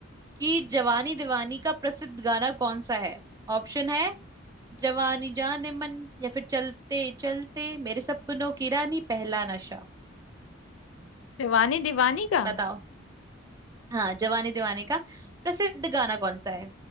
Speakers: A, on the right (about 20°); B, on the left (about 80°).
A: कि जवानी दीवानी का प्रसिद्ध गाना कौन सा है ऑप्शन है जवानी जान मन या फिर चलते चलते मेरे सपनों की रानी पहला नशा
B: जवानी दीवानी का
A: बताओ हाँ जवानी दीवानी का प्रसिद्ध गाना कौन सा है